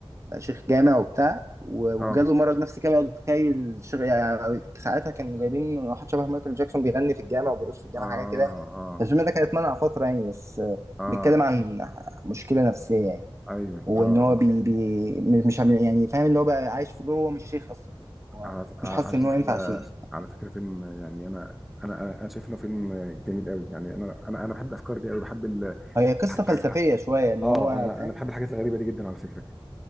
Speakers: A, on the right; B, in the centre.
A: بقى شيخ جامع وبتاع و- وجاله
B: اه
A: مرض نفسي كده بيقعد يتخيل شغ... يعني ساعتها كانوا جايبين واحد شبه مايكل جاكسون بيغني في الجامع وبيرقص في الجامع
B: اه
A: حاجه كده
B: اه
A: فالفيلم ده كان اتمنع فتره يعني بس آه،
B: اه
A: بيتكلم عن مشكله نفسيه يعني
B: ايوه
A: وان
B: اه
A: هو
B: اه
A: بي... بي... مش عم- يعني فاهم اللي هو بقى عايش في دور هو مش شيخ اصلا هو
B: على على
A: مش حاسس ان
B: فكره
A: هو ينفع شيخ
B: على فكره فيلم يعني انا انا انا أنا شايف انه فيلم جميل قوي يعني انا انا انا بحب الافكار دي قوي بحب ال...
A: هي قصة
B: الح- الح-
A: فلسفية
B: الح-
A: شوية إن
B: اه
A: هو
B: انا
A: فاهم
B: انا بحب الحاجات الغريبه دي جدا على فكره